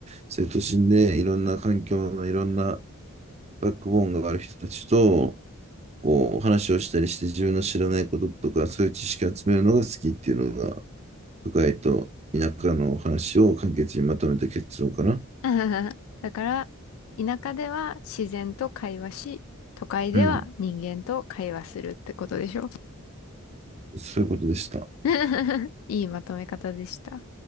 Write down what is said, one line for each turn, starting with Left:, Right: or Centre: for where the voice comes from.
Right: 生徒心でいろんな環境のいろんなバックボーンがある人たちと、こう、話をしたりして自分の知らないこととか、そういう知識を集めるのが好きっていうのが、都会と田舎の話を簡潔にまとめた結論かな。
Left: <laughs> だから、田舎では自然と会話し、都会では人間と会話するってことでしょ
Right: うん、そういうことでした。
Left: <laughs> いいまとめ方でした。